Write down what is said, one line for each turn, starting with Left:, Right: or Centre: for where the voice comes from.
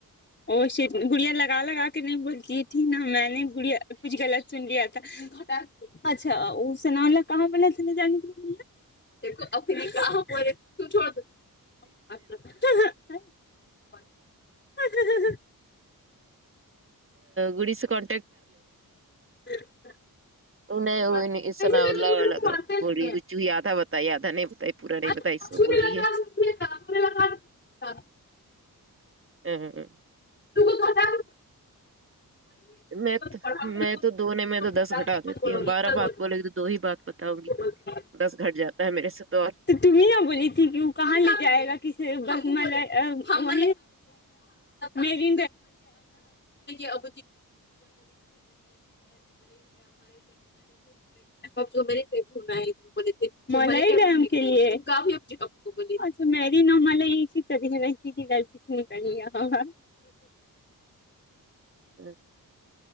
Left: اوشیٹ گڑیا لگا لگا کے نہیں بولتی تھی نا میں نے گڑ یا کچھ غلط سن لیا تھا اچھا <unintelligible> <unintelligible> ہہ ه
Right: گڑی سے کون
Left: دو
Right: نہیں
Left: ایسی
Right: انہیں سنا
Left: جگہ
Right: اللہ
Left: پر
Right: وال
Left: اس کو مانتے نہیں
Right: بولییادھا بتائی آدھا نہیں بتائی پورا
Left: <unintelligible>
Right: نہیں بتائی اس سے بول رہی ہے ا ہا ا
Left: تو تو ختم
Right: میں ت
Left: بڑھا
Right: میں دھونے میں تو دس گھٹا
Left: کے
Right: دیتی
Left: مت بولو
Right: ہوں
Left: گے
Right: بارہ
Left: بولو
Right: بات بو لے گی تو دو ہی بات بتاؤں گی
Left: گے
Right: دس گھٹ جاتا ہے میرے سے تو اور
Left: تو تم ہی نہ بولی تھی کہ وہ کہاں لے جائے گا کس <unintelligible> لے جائے گا <unintelligible> لیے آۓ گا <unintelligible> <unintelligible> <unintelligible>
Right: ا